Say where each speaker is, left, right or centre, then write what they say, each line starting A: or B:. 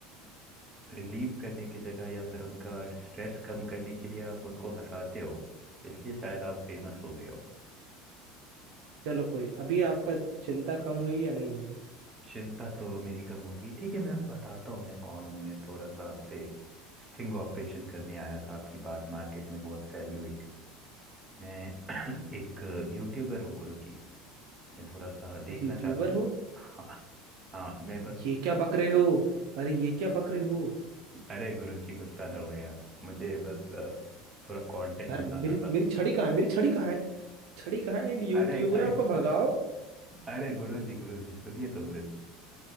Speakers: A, on the right; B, on the right.
A: रिलीव करने की जगह या फिर उनका स्ट्रेस कम करने के लिए आप उनको हंसाते हो इसलिए शायद आप फेमस हो गए हो
B: चलो कोई नहीं अभी आपका चिंता कम हुई या नहीं हुई
A: चिंता तो मेरी कम होगी ठीक है मैं बताता हूँ मैं कौन हूँ मैं थोड़ा सा आपसे स्टिंग ऑपरेशन करने आया था आपकी बात मार्केट में बहुत फैली हुई थी मैं <clears throat> एक यूट्यूबर हूँ गुरुजी मैं थोड़ा सा देखना
B: यूट्यूबर
A: चाहता था
B: हो
A: हाँ हाँ मैं बस
B: ये क्या बक रहे हो अरे ये क्या बक रहे हो
A: अरे गुरुजी गुस्सा ना हो यार मुझे बस अ, थोड़ा कंटेंट
B: यार मेरी
A: बनाना था
B: मेरी छड़ी कहाँ है मेरी छड़ी कहाँ है छड़ी कहाँ है इन यूट्यूबरों
A: अरे अरे
B: को भगाओ
A: अरे गुरु जी गुरु जी सुनिए तो गुरु जी